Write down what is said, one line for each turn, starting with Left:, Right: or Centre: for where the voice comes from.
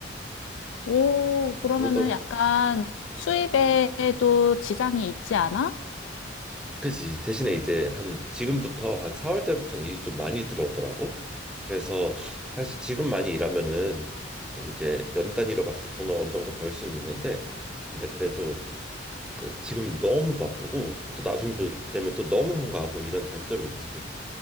Left: 오, 그러면은
Centre: 그러다
Left: 약간 수입에도 지장이 있지 않아?
Centre: 그지 대신에 이제 한 지금부터 한 4월 때부터는 일이 좀 많이 들어오더라고. 그래서 사실 지금 많이 일하면은 좀 이제 연 단위로 봤을 때 돈을 어느 정도 벌 수는 있는데 근데 그래도 그 지금 너무 바쁘고 또 나중 되면 또 너무 한가하고 이런 단점이 있지.